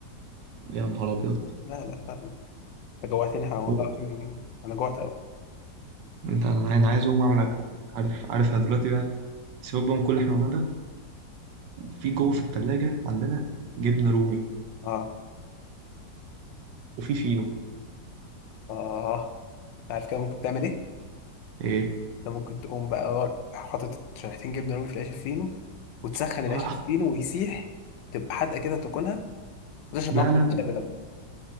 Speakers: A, on the right (about 75°); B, on the left (about 80°).
A: يا نهار ابيض
B: لا لا لا لا انت جوعتني حق- والله
A: هو
B: العظيم انا جوعت قوي
A: انت انا عايز أنا عايز اقوم اعمل اكل عامة. عارف عارف انا دلوقتي بقى سيبك بقى من كل اللي احنا قلناه ده في جوه في التلاجة عندنا جبنة رومي
B: اه
A: وفي فينو
B: اه انت عارف كده ممكن تعمل ايه
A: ايه
B: انت ممكن تقوم بقى حاطط شريحتين جبنه رومي في العيش الفينو وتسخن
A: آه.
B: العيش الفينو ويسيح تبقى حادقه كده تاكلها وتشرب
A: لا
B: معاك كوبايه
A: لا لا
B: شاي بلبن